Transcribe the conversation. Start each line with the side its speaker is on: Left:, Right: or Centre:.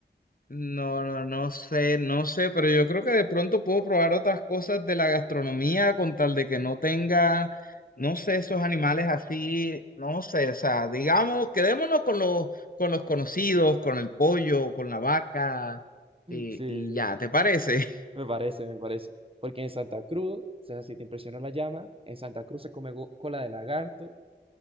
Left: No, no, no sé, no sé, pero yo creo que de pronto puedo probar otras cosas de la gastronomía con tal de que no tenga, no sé, esos animales así, no sé, o sea, digamos, quedémonos con los, con los conocidos, con el pollo, con la vaca, y,
Right: Sí.
Left: y ya, ¿te parece? <laughs>
Right: Me parece, me parece. Porque en Santa Cruz, o sea, si te impresiona la llama, en Santa Cruz se come go- cola de lagarto,